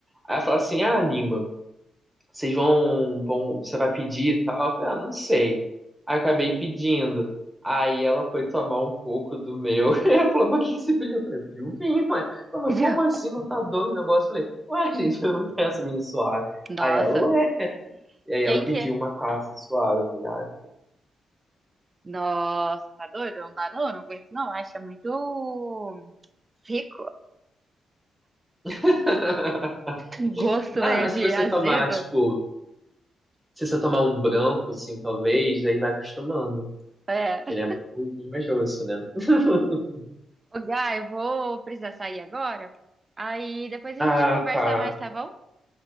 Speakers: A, in the centre; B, on the right.
A: Aí ela falou assim, ah, Lima, vocês vão, vão, você vai pedir e tal? Eu falei, ah, não sei. Aí eu acabei pedindo. Aí ela foi tomar um pouco do meu. <laughs> Ela falou, mas o que que você pediu? Eu falei, eu pedi um vinho, ué. Ela, falou,
B: <laughs>
A: mas como assim não tá doce o negócio? Eu falei, ué, <laughs> gente, eu não peço vinho suave.
B: Nossa,
A: Aí ela, ué. E aí
B: quem
A: ela pediu
B: que é?
A: uma taça suave. Eu falei,
B: Nossa, tá doido? Não dá não, não aguento não. Acha muito rico.
A: ah. <laughs>
B: Um gosto
A: Ah,
B: meio
A: mas
B: de
A: se você
B: azedo.
A: tomar, tipo, se você tomar um branco, assim, talvez, aí vai acostumando.
B: É.
A: Que ele é um pouquinho mais doce, né? <laughs>
B: Ô, Gá, eu vou precisar sair agora. Aí depois a
A: Ah,
B: gente conversa
A: tá.
B: mais, tá bom?